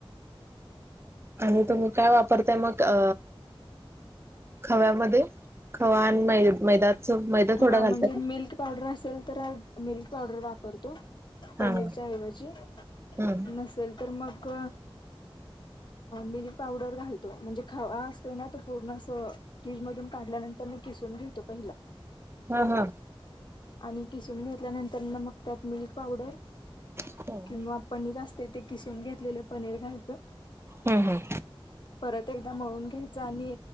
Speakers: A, on the right; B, on the left.
A: आणि तुम्ही काय वापरताय मग अ खव्यामध्ये खवा आणि मै मैद्याच मैदा
B: हा
A: थोडा घालतात.
B: म्हणजे मिल्क पावडर असेल तर ह मिल्क पावडर वापरतो. पनीरच्या
A: हा हा
B: ऐवजी
A: हम्म.
B: नसेल तर मग मिल्क पावडर घालतो म्हणजे खावा असतोय ना तो पूर्ण अस फ्रीज मधून काढल्यानंतर मी किसून घेतो पहिला
A: हा हा
B: आणि किसून घेतल्यानंतर मग त्यात मिल्क पावडर
A: हम्म
B: किंवा पनीर असते ते किसून घेतलेलं पनीर घालतोय.
A: हम्म हम्म
B: परत एकदा मळून घ्यायचं आणि